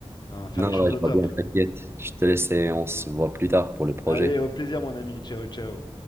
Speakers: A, on the left; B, on the right.
A: hein, faire
B: Non,
A: les choses
B: ouais, je
A: au
B: vois
A: top.
B: bien, t'inquiète. Je te laisse et on se voit plus tard pour le projet.
A: Allez, au plaisir, mon ami. Ciao, ciao.